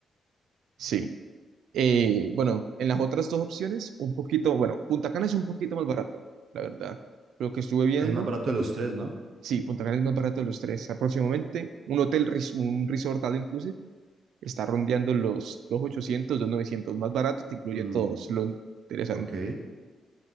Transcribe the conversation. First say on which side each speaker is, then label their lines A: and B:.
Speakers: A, on the right; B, on the right.
A: Sí. Eh, bueno, en las otras dos opciones, un poquito, bueno, Punta Cana es un poquito más barato, la verdad. Lo que estuve viendo,
B: Es el más barato de los tres, ¿no?
A: sí, Punta Cana es más barato de los tres. Aproximadamente un hotel, res- un resort all inclusive, está rondeando los 2.800, novecientos más barato, te incluye
B: Mm,
A: todo, es lo interesante.
B: ok.